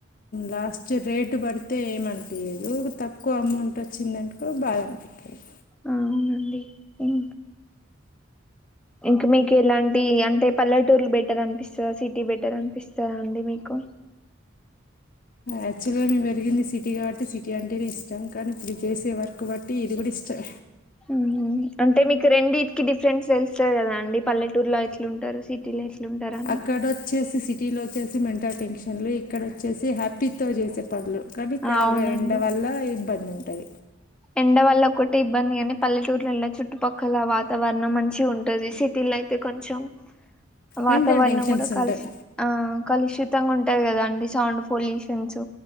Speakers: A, on the left; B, in the centre.
A: లాస్ట్ రేటు పడితే ఏమనిపించదు అంత తక్కువ అమౌంట్ వచ్చిందంటకో బాద అనిపిించంది
B: ఆ అవునండి ఏం ఇంక మీకు ఇలాంటి అంటే పల్లెటూర్లు బెటర్ అనిపిస్తదా సిటీ బెటర్ అనిపిస్తదా అండి మీకు
A: యాక్చువల్ గా మేము పెరిగింది సిటీ కాబట్టి సిటీ అంటేనే ఇష్టం కానీ ఇప్పుడు ఇది చేసే వర్క్ బట్టి ఇది కూడ ఇష్టం
B: ఊ హుమ్ అంటే మీక్ రెండి కె డిఫ్రెంట్స్ వెళ్స్తారు కదా అండి పల్లెటూర్లో ఎట్లు ఉంటారు సిటీలో ఎట్లుంటారు అని
A: అక్కడ వచ్చేసి సిటీలొ వచ్చేసి మెంటల్ టెన్షన్ ఫంక్షన్లు ఇక్కడ వచ్చేసి హ్యాపీతోో చేసే పనులు కానీ ఇక్కడ
B: అవునండి
A: ఎండ వల్ల ఇబ్బంది ఉంటై
B: ఎండవల్ల ఒకటే ఇబ్బంది అని పల్లెటూర్లల చుట్టుపక్కల వాతావరణం మంచి మంచి ఉంటుంది సిటీలో అయితే కొంచెం వాతావరణం
A: మెంటల్ టెన్షన్స్
B: కూడా కలుష
A: ఉంటాయి
B: ఆ కలుషితంగా ఉంటది కదా అండి, సౌండ్ పొల్యూషన్స్